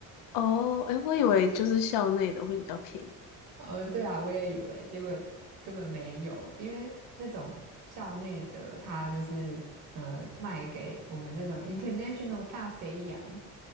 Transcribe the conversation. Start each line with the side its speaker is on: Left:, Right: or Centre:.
Left: 哦？诶，我以为就是校内的会比较便宜。
Right: <laughs> 呃，对啊，我也以为，结果根本没有，因为那种校内的它就是呃卖给我们这种 International 大肥羊。